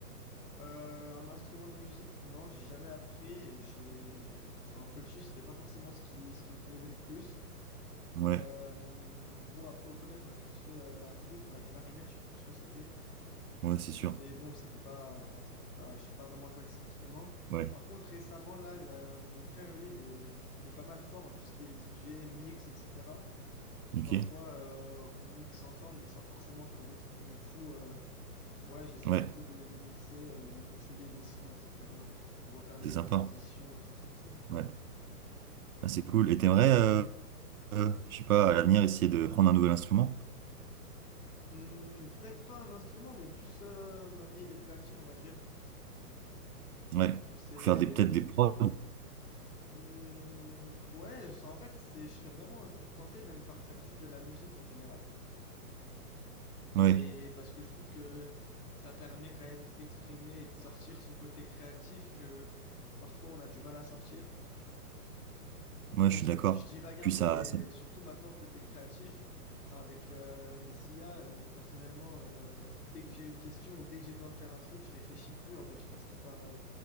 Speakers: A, on the left; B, on the right.
A: Euh, un instrument de musique, non, j'ai jamais appris. et J'ai, enfin, petit, c'était pas forcément ce qui, ce qui me plaisait le plus.
B: Ouais,
A: Euh, bon, après au collège, on a tous fait euh, la flûte ou la clarinette, je sais plus ce que c'était.
B: ouais, c'est sûr.
A: Mais bon, c'était pas, on va dire, que c'est pas, je sais pas vraiment jouer de cet instrument.
B: Ouais,
A: Par contre, récemment, là, euh, mon frère, lui, il est, il est pas mal fort en tout ce qui est DJ, mix, etc. Puis
B: ok.
A: parfois, euh, on mixe ensemble, mais sans forcément faire des trucs de fou. euh, Ouais, j'essaie
B: Ouais,
A: un peu de, de mixer, euh, lui conseiller des sons, etc. pour faire des
B: c'est
A: bonnes
B: sympa.
A: transitions, des choses comme ça.
B: Ouais, Ah, c'est cool. Et t'aimerais, euh, euh, je sais pas, à l'avenir, essayer de prendre un nouvel instrument?
A: Hmm, peut-être pas un instrument, mais plus euh, manier les platines, on va dire. Je
B: Ouais,
A: trouve que c'est...
B: ou faire des, peut-être des prods.
A: Hmm, ouais, enfin, en fait, c'est, je serais vraiment un jour tenté même par faire juste de la musique en général.
B: Ouais,
A: Mais parce que je trouve que ça permet quand même d'exprimer et de sortir son côté créatif que parfois on a du mal à sortir.
B: ouais,
A: Bon,
B: je
A: je,
B: suis d'accord.
A: je divague un
B: Puis
A: peu,
B: ça,
A: mais
B: ça-
A: surtout maintenant, le côté créatif, enfin, avec euh, les IA, euh, personnellement, euh, dès que j'ai une question ou dès que j'ai besoin de faire un truc, je réfléchis plus. En fait, je passe tout par, euh,